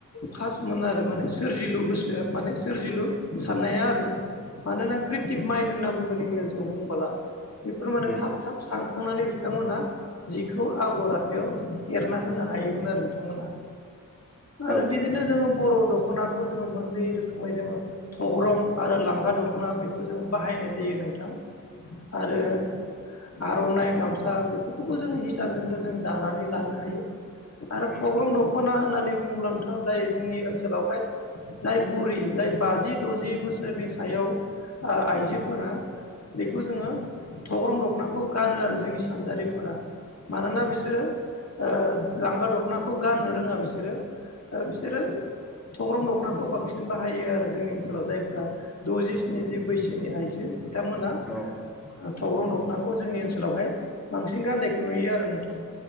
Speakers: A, on the left; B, in the centre.
A: फासमोन आरो माने सोरजिलु गोसोआ माने सोरजिलु साननाया आरो मानोना क्रिटिभ माइन्द होनना बुंगोन इंराजियाव बुंबोला। बेफोर माने
B: उम
A: थाब थाब सानखांनानै बिथांमोनहा जिखौ आगर आखायाव एरना होनो हा हायोमोन आरो बिथांमोना
B: औ
A: आरो बि बिदिनो जोङो बर' दख'नाखौ जोङो मोननै रोखोमै जोङो थग्रं आरो लांगा दख'ना बेखौ जोङो बाहायनाय जायो नोंथां आरो
B: उम
A: आर'नाइ, गामसा बेफोरखौबो जों हिसानजोंनो जों दानानै लानो हायो। आरो
B: उम
A: थग्रं दख'ना होननानै बुङोब्ला नोंथां जाय जोंनि ओनसोलावहाय जाय बुरि जाय बाजि द'जि बोसोरनि सायाव ओ आइजोफोरा बेखौ जोङो थग्रं दखनाखौ गानो आरो जोंनि सानजारिफोरा मानोना बिसोरो ओ लांगा दख'नाखौ गाननो रोङा बिसोरो ओ बिसोरो थग्रं दख'नाखौ बांसिन बाहायो आरो जोंनि ओनसोलाव जायफोरा द'जि,
B: औ
A: स्निजि बैसोनि आइजो बिथांमोनहा
B: औ
A: थग्रं दख'नाखौ जोंनि ओनसोलावहाय बांसिन गाननायखौ नुयो आरो नोंथां